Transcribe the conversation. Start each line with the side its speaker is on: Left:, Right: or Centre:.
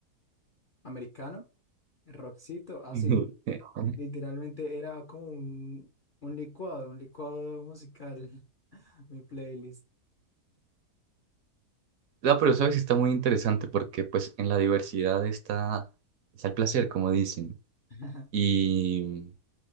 Left: americano, rockcito, así,
Right: <laughs>
Left: literalmente era como un, un licuado, un licuado musical. mi playlist.
Right: No, pero sabes, está muy interesante porque pues en la diversidad está, está el placer, como dicen.
Left: <laughs>
Right: Y